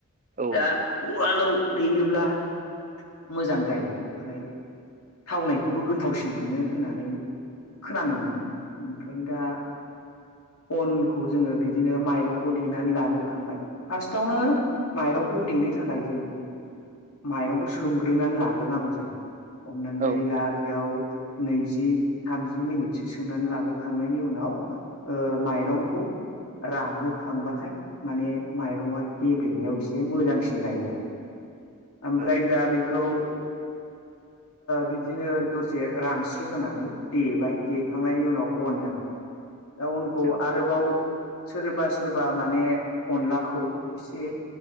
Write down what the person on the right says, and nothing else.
औ
नोंथां
औ नोंथां
औ
औ